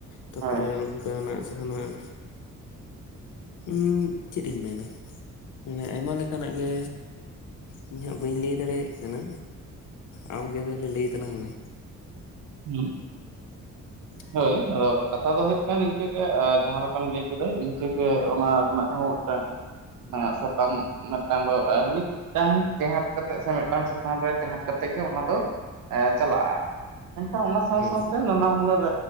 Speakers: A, on the left (about 70°); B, on the right (about 80°).
A: ᱛᱟᱯᱚᱨᱮ
B: ᱦᱳᱭ
A: ᱚᱱᱠᱟᱱᱟᱜ ᱡᱟᱦᱟᱸᱱᱟᱜ ᱩᱸ ᱪᱮᱫ ᱤᱧ ᱢᱮᱱᱟ ᱢᱟᱱᱮ ᱟᱭᱢᱟ ᱞᱮᱠᱟᱱᱟᱜ ᱜᱮ ᱤᱧ ᱦᱟᱸᱜ ᱵᱟᱹᱧ ᱞᱟᱹᱭ ᱫᱟᱲᱮᱭᱟᱜ ᱠᱟᱱᱟ ᱟᱢ ᱜᱮ ᱛᱟᱦᱚᱞᱮ ᱞᱟᱹᱭ ᱛᱟᱞᱟᱝ ᱢᱮ
B: ᱦᱮᱸ
A: <inaudible>
B: ᱦᱳᱭ ᱟᱫᱚ ᱠᱟᱛᱷᱟ ᱫᱚ ᱦᱩᱭᱩᱜ ᱠᱟᱱᱟ ᱱᱤᱝᱠᱟᱹᱜᱮ ᱡᱟᱦᱟᱸ ᱞᱮᱠᱟᱢ ᱞᱟᱹᱭ ᱠᱮᱫᱟ ᱤᱱᱠᱟᱹᱜᱮ ᱚᱱᱟ ᱨᱮᱱᱟᱜ ᱦᱚᱸ ᱢᱤᱫᱴᱟᱝ ᱥᱟᱛᱟᱢ ᱢᱤᱫᱴᱟᱝ ᱫᱚ ᱢᱤᱫ ᱢᱤᱫᱴᱟᱝ ᱴᱮᱦᱟᱴ ᱠᱟᱛᱮᱜ ᱥᱮ ᱢᱤᱫᱴᱟᱝ ᱪᱮᱛᱟᱱ ᱨᱮ ᱴᱮᱦᱟᱸᱴ ᱠᱟᱛᱮᱫ ᱜᱮ ᱚᱱᱟ ᱫᱚ ᱪᱟᱞᱟᱜ-ᱟ᱾ ᱢᱮᱱᱠᱷᱟᱱ ᱚᱱᱟ ᱥᱟᱶ
A: ᱦᱳᱭ
B: ᱥᱟᱶᱛᱮ ᱱᱟᱱᱟ ᱦᱩᱱᱟᱹᱨ